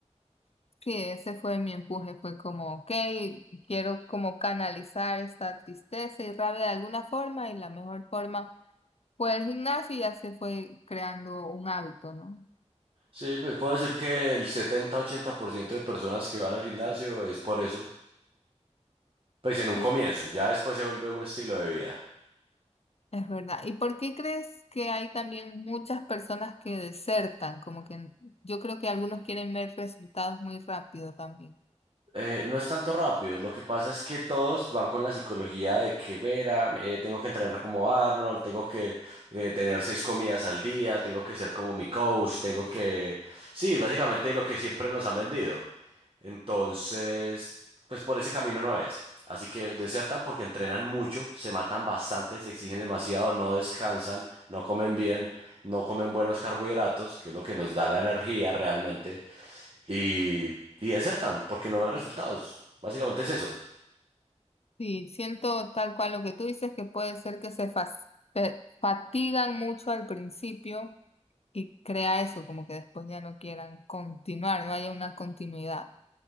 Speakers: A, on the left; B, on the right.
A: Sí, ese fue mi empuje, fue como, ok, quiero como canalizar esta tristeza y rabia de alguna forma y la mejor forma fue el gimnasio y ya se fue creando un hábito, ¿no?
B: Sí, pues puedo decir que el setenta, ochenta por ciento de personas que van al gimnasio es por eso. Pues en un
A: Sí,
B: comienzo, ya después se vuelve un estilo de vida.
A: es verdad. ¿Y por qué crees que hay también muchas personas que desertan? Como que yo creo que algunos quieren ver resultados muy rápido también.
B: Eh, no es tanto rápido, lo que pasa es que todos van con la psicología de que Vera, eh, tengo que entrenar como Arnold, tengo que eh, tener seis comidas al día, tengo que ser como mi coach, tengo que... Sí, básicamente lo que siempre nos han vendido. Entonces, pues por ese camino no es. Así que desertan porque entrenan mucho, se matan bastante, se exigen demasiado, no descansan, no comen bien, no comen buenos carbohidratos, que es lo que nos da la energía realmente, y, y desertan porque no ven resultados. Básicamente es eso.
A: Sí, siento tal cual lo que tú dices, que puede ser que se fas- pe- fatigan mucho al principio y crea eso, como que después ya no quieran continuar, no haya una continuidad.